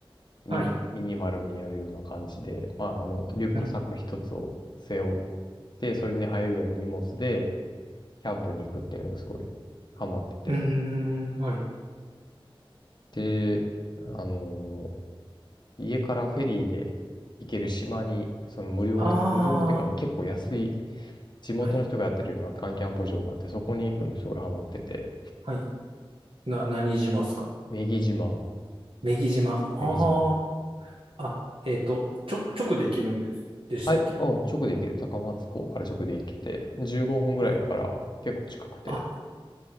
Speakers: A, on the left (about 50°); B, on the right (about 70°).
A: ミニ、
B: はい。
A: ミニマルにやるような感じで、まあ、あの、リュックサック一つを背負っ
B: はい。
A: て、それに入るぐらいの荷物で、キャンプに行くっていうのがすごいハマってて。
B: うーん。はい。
A: で、あのー家からフェリーで行ける島に、その無料の、
B: ああ。
A: 無料っていうか結構安い地元の人がやってるような缶キャンプ場があって、
B: はい。
A: そこに行くのすごいハマってて。
B: はい。な、何島っすか
A: 女木島、
B: 女木島。ああ。
A: 女木島。
B: あ、えっと、直、直できるんです。でしたっけ
A: はい、うん、直で行ける。高松港から直で行けて、15分ぐらいだから結構近くて、
B: はい。あ、